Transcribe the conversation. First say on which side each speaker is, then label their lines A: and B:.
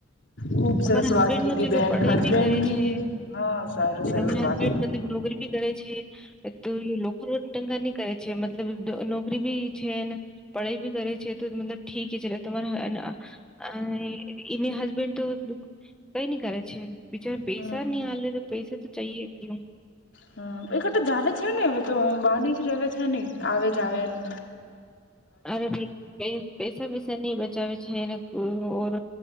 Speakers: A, on the left (about 75°); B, in the centre.
A: ખુબ સરસ
B: તમારા હસબેન્ડ
A: વાત કીધી
B: ન ચલો
A: બેન.
B: પઢાઈ
A: હસબેન્ડ
B: કરે
A: બી
B: છે,
A: હા સારા,
B: ને
A: સરસ
B: તમારા
A: વાત.
B: હસબેન્ડ મતલબ નોકરી બી કરે છે. <unintelligible> <unintelligible> ન કરે છે, મતલબ નોકરી ભી છે, ને પઢાઈ ભી કરે છે, તો મતલબ ઠીક હી <unintelligible> <unintelligible> ઈને હસબેન્ડ તો કંઈ નઈ કરે છે. બિચારા
A: હમ
B: પૈસા નહીં આલે, તો પૈસા તો ચાહિયે ક્યું.
A: હ હા. એકે તો જાવે છે ને હવે તો બહાર ની જ રહેવે છે ને, આવે જાવેન.
B: અરે ભઈ <unintelligible> પેસા વેસા નહીં બચાવે છે ને ઔર